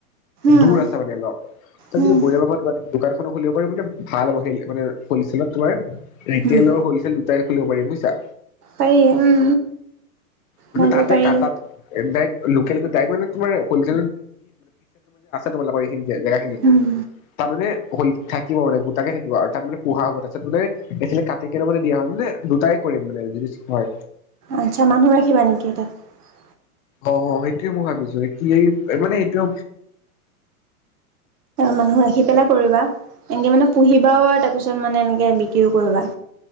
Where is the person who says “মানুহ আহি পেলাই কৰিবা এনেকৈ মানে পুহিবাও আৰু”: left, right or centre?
Right